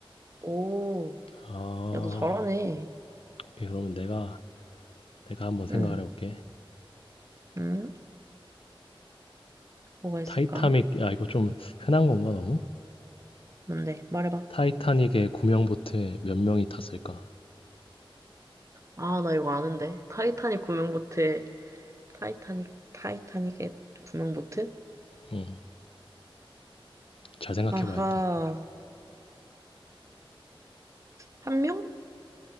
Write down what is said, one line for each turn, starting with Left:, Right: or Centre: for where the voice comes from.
Right: 오,
Left: 아,
Right: 야, 너 잘하네.
Left: 오케이. 그러면 내가 내가 한번 생각을
Right: 응,
Left: 해볼게.
Right: 응, 뭐가 있을까?
Left: 타이타닉 아 이거 좀 흔한 건가 너무?
Right: 뭔데? 말해봐.
Left: 타이타닉의 구명 보트에 몇 명이 탔을까?
Right: 아, 나 이거 아는데. 타이타닉 구명보트에, 타이타닉, 타이타닉의 구명보트?
Left: 응, 잘 생각해봐야
Right: 아하,
Left: 돼.
Right: 한 명?